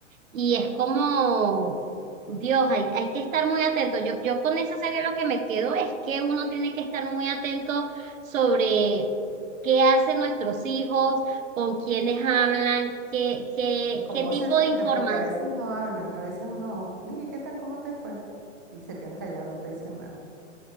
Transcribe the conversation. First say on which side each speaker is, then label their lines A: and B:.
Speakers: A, on the right; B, on the right.
A: y es como, Dios, hay, hay que estar muy atento. Yo, yo con esa serie lo que me quedo es que uno tiene que estar muy atento sobre qué hacen nuestros hijos, con quiénes hablan, qué, qué,
B: ¿Cómo
A: qué tipo
B: se sienten?
A: de información.
B: Porque a veces no hablan, a veces uno, mire, ¿qué tal? ¿Cómo te fue? Y se quedan callados, no te dicen nada.